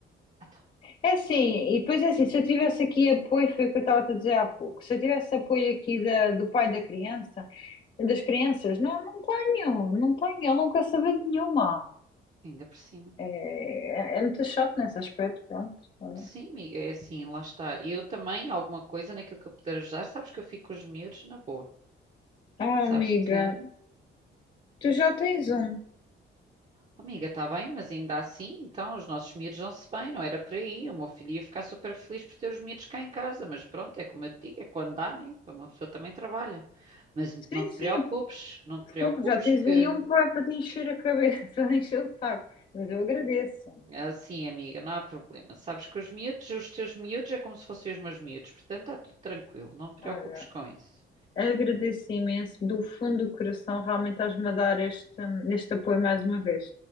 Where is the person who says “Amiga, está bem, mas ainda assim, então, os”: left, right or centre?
Right